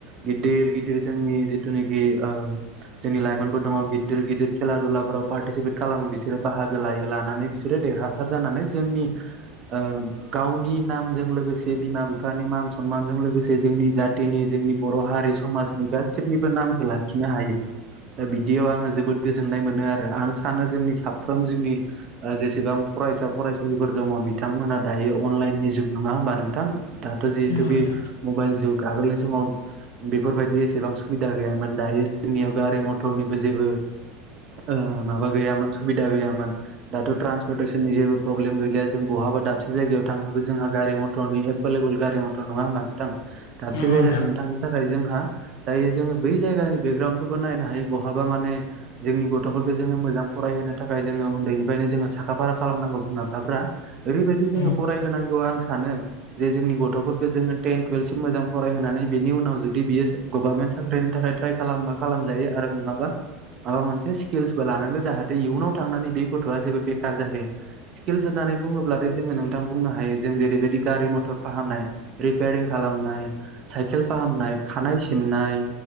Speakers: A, on the right; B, on the left.
A: गिदिर गिदिर जोंनि जिथुनाखि ओ जोंनि लाइमोनफोर दङ गिदिर गिदिर खेला दुलाफोराव पार्टिसिपेट खालामो बिसोरो बाहागो लायो लानानै बिसोरो देरहासार जानानै जोंनि ओ गावनि नामजों लोगोसे बिमा बिफानि मान सनमानजों लोगोसे जोंनि जाथिनि जोंनि बर' हारि समाजनि गासिबनिबो नामखौ लाखिनो हायो। दा बिदियाव आङो जोबोद गोजोननाय मोनो आरो आं सानो जोंनि साफ्रोम जोंनि ओ जेसेबां फरायसा फरायसुलिफोर दङ बिथांमोना दायो अनलाइननि जुग नङा होमबा नोंथां दाथ' जि
B: नंगौ
A: थुकि
B: नोंथां
A: मबाइल जुग आगोलनि समाव बेफोरबायदि एसेबां सुबिदा गैयामोन दायो जोंनियाव गारि मथरनिबो जेबो ओ माबा गैयामोन सुबिदा गैयामोन दाथ' ट्रन्सपर्टेसननि जेबो प्रब्लेम गैलिया जों बहा बा दाबसे जायगायाव थांनोबो जोंहा गारि मथरनि एभेलेबेल गारि मट टर नङा होमबा नोंथां दाबसे
B: नंगौ
A: जायगासिम
B: नोंथां
A: थांनो था खाय जोंहा दायो जोङो बै जायगानि बेकग्राउखौबो नायनो हायो बहाबा माने जोंनि गथ'फोरखौ जोङो मोजां फराय होनो थाखाय जोङो उन्दैनिफ्रायनो जोङो साखाफारा खालामनांगौ बिमा बिफाफ्रा ओरैबायदि जोङो
B: नंगौ नोंथां नंगौ
A: फराय होनांगौ आं सानो जे जोंनि गथ'फोर खौ जोङो टेन टुवेल्भसिम मोजां फरायहोनानै बेनि उनाव जुदि बियो सो गभार्नमेन्ट साख्रिनि थाखाय ट्राइ खालामनोबा खालाम जायो आरो नङा बा माबा मोनसे स्किलस बो लानांगौ जाहाथे इउनाव थांनानै बे गथ'आ जेबो बेखार जाहैया। स्किलस होननानै बुङोब्लाथाय जोङो नोंथां बुंनो हायो जों जेरैबायदि गारि मथर फाहामनाय रिपेयारिं खालामनाय साइकेल फाहामनाय खानाय सिननाय